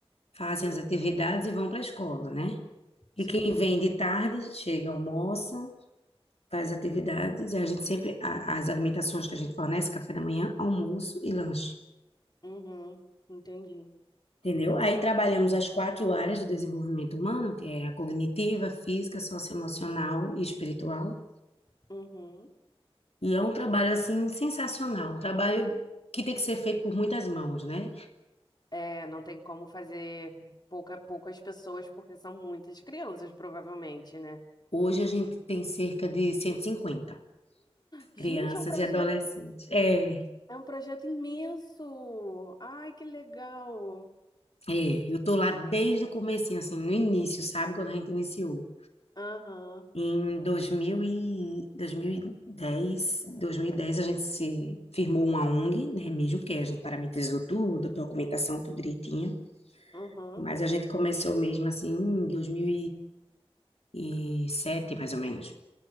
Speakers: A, on the left (about 85°); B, on the left (about 45°).
A: fazem
B: Hum.
A: as atividades e vão para a escola, né? E
B: Sim.
A: quem vem de tarde chega, almoça, faz atividades, e a gente sempre, a- as alimentações que a gente fornece, café da manhã, almoço e lanche.
B: Uhum. Entendi.
A: Entendeu? Aí trabalhamos as quatro áreas do desenvolvimento humano, que é a cognitiva, física, socioemocional e espiritual.
B: Uhum.
A: E é um trabalho assim sensacional, um trabalho que tem que ser feito por muitas mãos, né?
B: É, não tem como fazer pouca, poucas pessoas, porque são muitas crianças, provavelmente, né?
A: Hoje a gente tem cerca de 150
B: Gente,
A: crianças
B: é um projeto.
A: e adolescentes. É,
B: É um projeto imenso. Ai, que legal.
A: é, eu tô lá desde o comecinho, assim, no início, sabe? Quando a gente iniciou.
B: Aham,
A: Em dois mil e dois dois mil mil e dez dois mil e dez a gente se firmou uma ONG, né, mesmo que a gente parametrizou tudo, documentação tudo direitinho,
B: aham.
A: mas a gente começou mesmo assim em dois mil e sete mais ou menos.